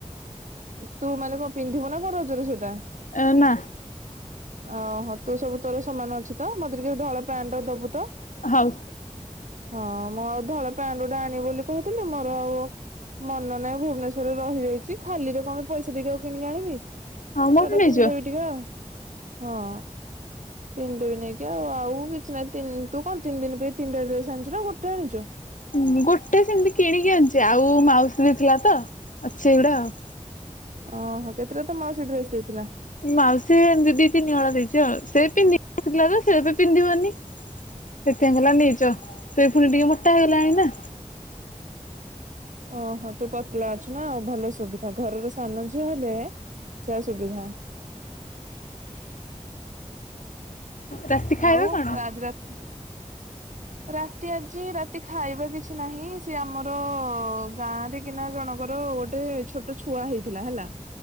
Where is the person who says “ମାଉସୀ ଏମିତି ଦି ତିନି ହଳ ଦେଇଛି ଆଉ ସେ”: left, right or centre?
Left